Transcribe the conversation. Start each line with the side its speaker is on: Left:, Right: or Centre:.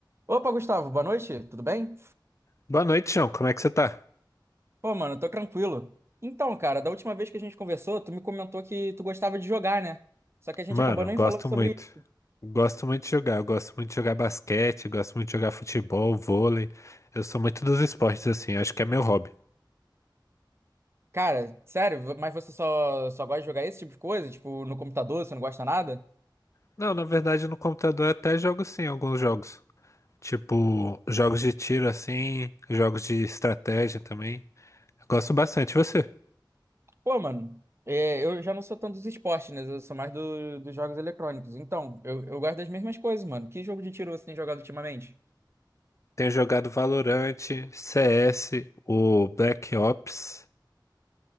Right: Opa, Gustavo, boa noite, tudo bem?
Left: Boa noite, João. Como é que você tá?
Right: Pô, mano, tô tranquilo. Então, cara, da última vez que a gente conversou, tu me comentou que tu gostava de jogar, né? Só que a gente
Left: Mano,
Right: acabou nem
Left: gosto
Right: falando sobre
Left: muito.
Right: isso.
Left: Gosto muito de jogar. Eu gosto muito de jogar basquete, gosto muito de jogar futebol, vôlei. Eu sou muito dos esportes, assim. Acho que é meu hobby.
Right: Cara, sério, vo- mas você só, só gosta de jogar esse tipo de coisa? Tipo, no computador, você não gosta nada?
Left: Não, na verdade, no computador eu até jogo sim alguns jogos. Tipo, jogos de tiro, assim, jogos de estratégia também. Eu gosto bastante. E você?
Right: Pô, mano, é, eu já não sou tanto dos esportes, né? Eu sou mais do- dos jogos eletrônicos. Então, eu, eu gosto das mesmas coisas, mano. Que jogo de tiro você tem jogado ultimamente?
Left: Tenho jogado Valorant, CS, o Black Ops.